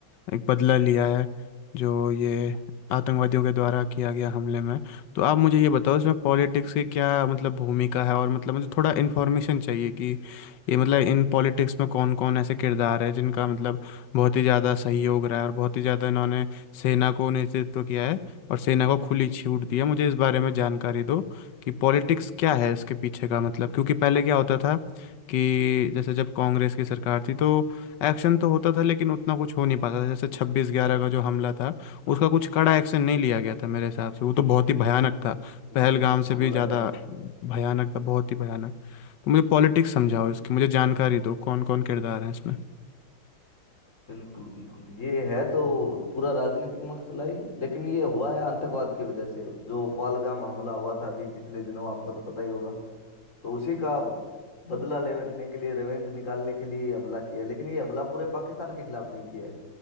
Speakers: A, on the left; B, on the left.
A: एक बदला लिया है जो ये आतंकवादियों के द्वारा किया गया हमले में तो आप मुझे ये बताओ इसमें पॉलिटिक्स की क्या मतलब भूमिका है और मतलब मुझे थोड़ा इन्फॉर्मेशन चाहिए कि ये मतलब इन पॉलिटिक्स में कौन कौन ऐसे किरदार है जिनका मतलब बहुत ही ज़्यादा सहयोग रहा है और बहुत ही ज़्यादा इन्होंने सेना को नेतृत्व किया है और सेना को खुली छूट दी है मुझे इस बारे में जानकारी दो कि पॉलिटिक्स क्या है इसके पीछे का मतलब क्योंकि पहले क्या होता था कि जैसे जब कांग्रेस की सरकार थी तो एक्शन तो होता था लेकिन उतना कुछ हो नहीं पाता था जैसे छब्बीस ग्यारह का जो हमला था उसका कुछ कड़ा एक्शन नहीं लिया गया था मेरे हिसाब से वो तो बहुत ही भयानक था
B: बिल्कुल
A: पहलगाम से
B: हमला
A: भी ज़्यादा
B: बयान था
A: भयानक था बहुत ही भयानक तो मुझे पॉलिटिक्स समझाओ इसकी मुझे जानकारी दो कौन कौन किरदार हैं इसमें
B: बिल्कुल बिल्कुल ये है तो पूरा राजनीतिक मसला ही लेकिन ये हुआ है आतंकवाद की वजह से जो पहलगाम हमला हुआ था अभी पिछले दिनों आपको तो पता ही होगा तो उसी का बदला लेने के लिए रिवेंज निकालने के लिए ये हमला किया है। लेकिन ये हमला पूरे पाकिस्तान के खिलाफ नहीं किया है